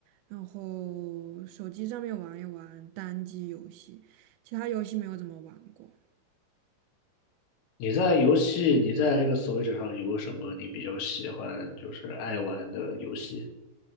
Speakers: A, on the right; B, on the left.
A: 然后手机上面玩一玩单机游戏，其他游戏没有怎么玩过。
B: 你在游戏，你在那个 Switch 上有什么你比较喜欢，就是爱玩的游戏？